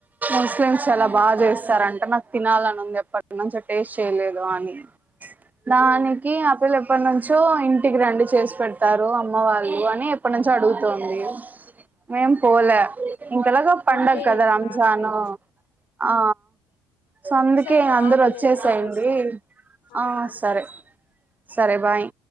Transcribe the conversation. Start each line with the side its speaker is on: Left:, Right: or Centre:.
Right: ముస్లిమ్స్ చాలా
Left: అవునులే
Right: బాగా చేస్తారంట నాకు తినాలనింది ఎప్పటి నుంచి టేస్ట్ చేయలేదు అని దానికి
Left: ఇంక
Right: ఆపిల్ ఎప్పటి నుంచి ఇంటికి రండు చేసి పెడతారు అమ్మ వాళ్ళు అని ఎప్పటి నుంచో అడుగుతుంది మేం పోలే ఇంకెలాగ పంండగ
Left: ఇదే
Right: కదా రంజాన్
Left: లాస్ట్ టైం
Right: ఆ సో అందుకే
Left: సర్లే
Right: అందరు
Left: ఆగు
Right: వచ్చేసాయండి
Left: నేను మరీ చేస్తా ఆగు
Right: ఆ
Left: ఆగు
Right: సరే
Left: చేస్తా
Right: సరే బాయ్